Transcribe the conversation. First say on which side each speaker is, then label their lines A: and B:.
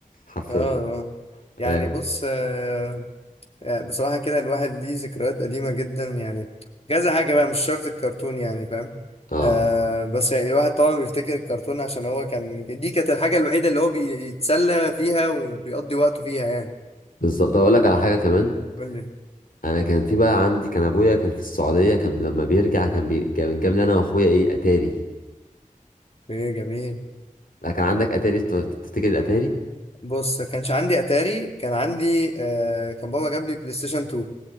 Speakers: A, on the left (about 85°); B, on the left (about 45°).
A: حرفيا
B: اه آه. يعني
A: اه
B: بص آه، يعني بصراحة كده الواحد ليه ذكريات قديمة جدا يعني كذا حاجة بقى مش شرط الكرتون يعني فاهم
A: آه،
B: آه بس يعني الواحد طبعا بيفتكر الكرتون عشان هو كان دي كانت الحاجة الوحيدة اللي هو بيتسلى فيها وبيقضي وقته فيها يعني
A: بالظبط اقول لك على حاجه كمان
B: قول لي
A: انا كان في بقى عندي كان ابويا كان في السعوديه كان لما بيرجع كان بي... كان جاب لي انا واخويا ايه اتاري
B: ايه جميل
A: لا كان عندك اتاري ت- تفتكر الاتاري
B: بص ما كانش عندي اتاري كان عندي آه كان بابا جاب لي بلاي ستيشن 2